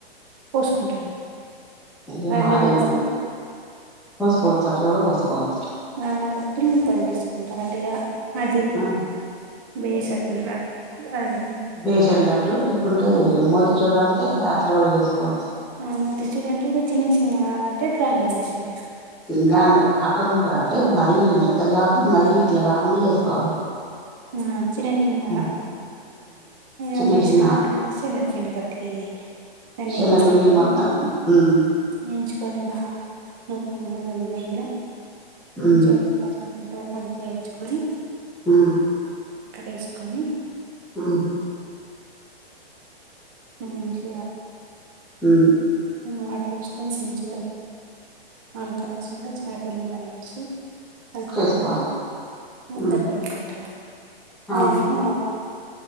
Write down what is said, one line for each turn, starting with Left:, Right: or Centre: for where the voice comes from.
Right: పోసుకుంటారు
Centre: ఇగ
Right: గ్రైండర్
Centre: అది
Right: వట్
Centre: పోసుకోవచ్చు అట్లా కూడా పోసుకోవచ్చు
Right: అందర బట్టి ముద్దలు చేసుకుంటారండి ఇగ అదే
Centre: ఆ!
Right: బెసండ్లడు అదే
Centre: బేషన్ లడ్డు లేకుంటే మోతిచూర అంటే అట్లా కూడా చేస్ కోవచ్చు
Right: ఆ మోతిచూర్ అంటే ఇగ చిన్న చిన్న అటెకంగా వేసిరు
Centre: ఇంకా అం అక్క ముక్క అంటే మరీ ఇ కాదు మరీ ఇట్ల గాకుండా చేసుకోవాలి
Right: హమ్ చిన్న చిన్నగా
Centre: ఉమ్
Right: ఇగ
Centre: చిన్న
Right: బేసలాడ్డ
Centre: చిన్న
Right: అంటే శెనగపిండితోటి దన్ని
Centre: శనగపిండి
Right: వేయించుకొని
Centre: మొత్తం ఉమ్
Right: వేయించుకొని బాగా ఊమ్ నెయ్యిల మంచిగ
Centre: ఉమ్
Right: <unintelligible> ట మంచిగా ఎంచుకొని
Centre: ఉమ్
Right: వేసుకొని
Centre: ఉమ్
Right: మంచిగా
Centre: ఉ
Right: కొన్ని వాటర్ పోసుకొని మంచిగా అనుకోచ్చినక చాయ్ పల్లెం దానిమీద ఉంచి కలుపుకొని
Centre: చేసుకోవాలి
Right: ముద్దలు
Centre: ఉమ్
Right: కట్టుకుంటారు అదేమో
Centre: అవును